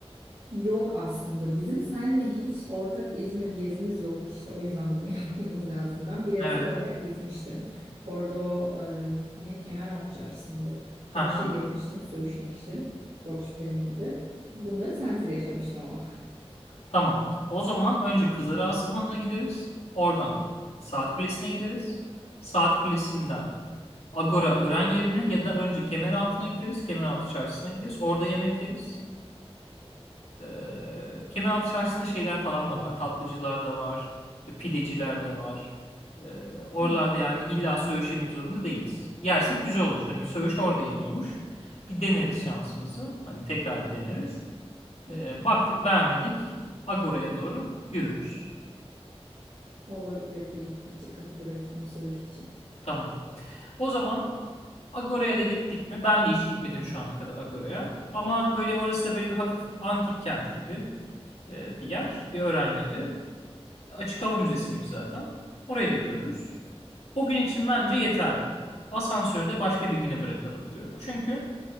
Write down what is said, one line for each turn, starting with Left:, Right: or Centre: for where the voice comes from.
Right: Yok aslında. Bizim seninle hiç ortak İzmir gezimiz yok işte. O yüzden bunu <laughs> yapmamız lazım. Ben bireysel
Left: Evet.
Right: olarak gitmiştim. Orada e, ne Kemeraltı Çarşısı mıydı? Çarşıyı
Left: Hı hı.
Right: gezmiştim, söğüş yemiştim. Korkunç bir deneyimdi. Bunları sensiz yaşamıştım ama.
Left: Tamam. O zaman önce Kızarası Hanı'na gideriz. Oradan Saat Kulesi'ne gideriz. Saat Kulesi'nden Agora Ören yerine ya da önce Kemeraltı'na gideriz. Kemeraltı Çarşısı'na gideriz. Orada yemek yeriz. Ee, Kemeraltı Çarşısı'nda şeyler falan da var. Tatlıcılar da var. Pideciler de var. Ee, oralarda
Right: Hmm.
Left: yani illa söğüş yemek zorunda değiliz. Yersek güzel olur. Hani söğüş orada yeniyormuş. Bir deneriz şansımızı. Hani tekrar bir deneriz.
Right: <laughs>
Left: E, baktık beğenmedik. Agora'ya doğru yürürüz.
Right: Olabilir diyeyim. Açık kapı bırakayım söğüş için.
Left: Tamam. O zaman Agora'ya da gittik mi? Ben de hiç gitmedim şu ana kadar Agora'ya. Ama böyle orası da böyle bir hafif antik kent gibi e, bir yer. Bir öğren yeri. Açık hava müzesi gibi zaten. Orayı da görürüz. O gün için bence yeterli. Asansörü de başka bir güne bırakalım diyorum. Çünkü